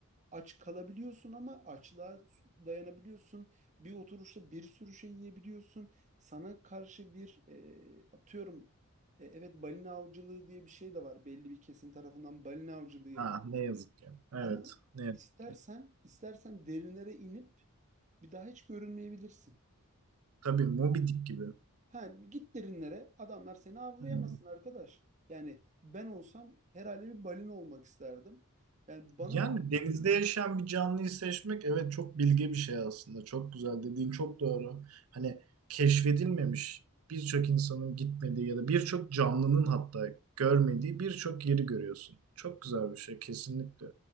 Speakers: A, on the right (about 35°); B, on the right (about 80°).
A: Aç kalabiliyorsun ama açlığa dayanabiliyorsun. Bir oturuşta bir sürü şey yiyebiliyorsun. Sana karşı bir e, atıyorum e, evet balina avcılığı diye bir şey de var. Belli bir kesim tarafından balina avcılığı yapıyor.
B: Ha, ne yazık ki. Evet.
A: Ama
B: Ne yazık
A: istersen
B: ki.
A: istersen derinlere inip bir daha hiç görünmeyebilirsin.
B: Tabii Moby Dick gibi.
A: Ha, git derinlere adamlar seni avlayamasın
B: Aynen.
A: arkadaş. Yani ben olsam herhalde bir balina olmak isterdim. Yani bana
B: Yani denizde yaşayan bir canlıyı seçmek evet çok bilge bir şey aslında. Çok güzel dediğin çok doğru. Hani keşfedilmemiş birçok insanın gitmediği ya da birçok canlının hatta görmediği birçok yeri görüyorsun. Çok güzel bir şey kesinlikle.